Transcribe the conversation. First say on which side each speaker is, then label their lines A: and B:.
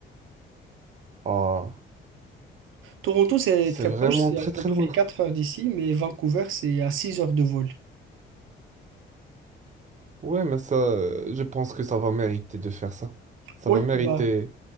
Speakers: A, on the right; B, on the right.
A: Ah,
B: Toronto, c'est
A: c'est
B: très
A: vraiment
B: proche, c'est
A: très
B: à peu
A: très
B: près
A: loin.
B: 4 heures d'ici, mais Vancouver, c'est à 6 heures de vol.
A: Ouais, mais ça, euh, je pense que ça va mériter de faire ça. Ça
B: Oui,
A: va mériter
B: bah.